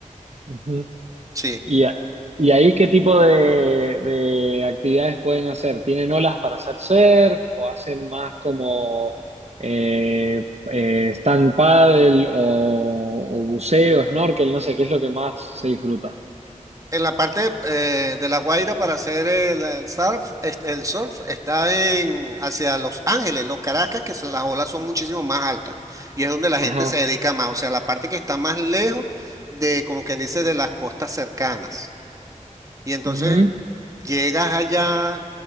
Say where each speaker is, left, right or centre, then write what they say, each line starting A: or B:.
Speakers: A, on the right; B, on the right.
A: Ujú.
B: Sí.
A: ¿Y, a- y ahí qué tipo de, de actividades pueden hacer? ¿Tienen olas para hacer surf o hacen más como eh, eh, stand paddle o, o buceo, snorkel? No sé, ¿qué es lo que más se disfruta?
B: En la parte eh, de La Guaira para hacer el, eh, surf, este, el surf está en hacia Los Ángeles, Los Caracas, que son- las olas son muchísimo más altas y es donde la
A: Ajá.
B: gente se dedica más, o sea, la parte que está más lejos de, como quien dice, de las costas cercanas. Y entonces
A: Ujú.
B: llegas allá,